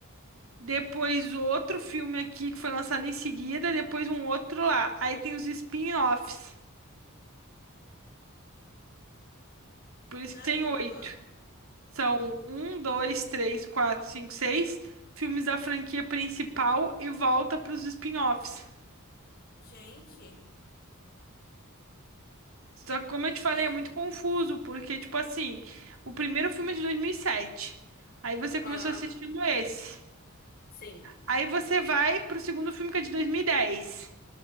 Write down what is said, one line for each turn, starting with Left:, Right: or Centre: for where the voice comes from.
Right: Depois outro filme aqui que foi lançado em seguida. Depois um outro lá. Aí tem os spin-offs. Por isso
Left: Caramba.
Right: que tem oito. São um, dois, três, quatro, cinco, seis filmes da franquia principal e volta pros spin-offs.
Left: Gente.
Right: Só que, como eu te falei,
Left: É.
Right: é muito confuso, porque, tipo assim, o primeiro filme é de 2007. Aí você
Left: Hã?
Right: começou assistindo esse.
Left: Sim.
Right: Aí você vai pro segundo filme que é de 2010.